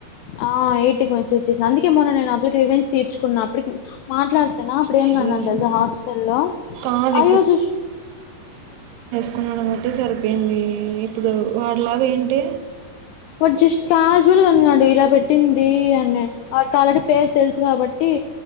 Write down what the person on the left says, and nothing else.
ఆ ఎయిట్ కి మెసేజ్ చేసాను అందుకే మొన్న నేను అప్పుకి రివేంజ్ తీర్చుకున్నా అప్పటికి మాట్లాడు ప్రేమ్నందన్
తెలుసా హాస్టల్లో
అయ్యోష్
వాడ్ జస్ట్ క్యాజువల్గ అన్నాడు ఇలా పెట్టింది అని వాడికి ఆల్రెడీ పేరు తెల్సు కాబట్టి